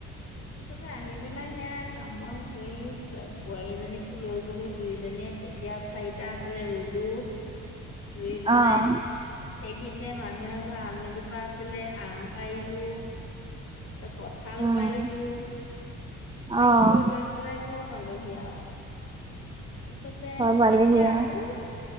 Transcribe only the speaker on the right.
অ',
উম,
অ',
ঘৰ
পালেহি
আৰু